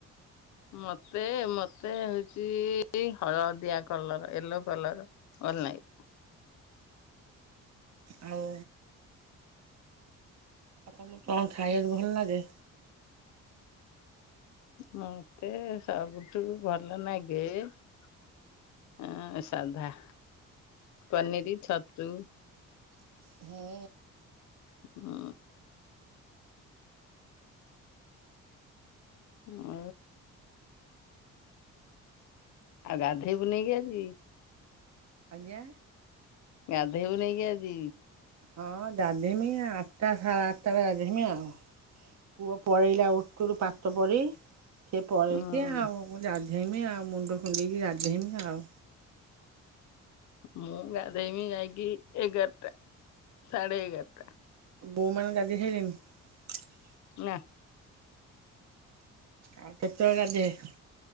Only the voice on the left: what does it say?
ମତେ ମତେ ହଉଚି ହଳଦିଆ କଲର ୟେଲୋ କଲର। ଅନଲାଇନ୍।
ମତେ ସବୁଠୁ ଭଲ ନାଗେ। ହଁ ସାଧା ପନିର, ଛତୁ।
ହୁଁ। <unintelligible> ଆଉ ଗାଧେଇବୁ ନାଇକି ଆଜି।
ଗାଧେଇବୁ ନେଇକି ଆଜି।
ଉଁ
ମୁଁ ଗାଧେଇବି ଯାଇକି ଏଗାରଟା ସାଢେ ଏଗାରଟା।
ନା।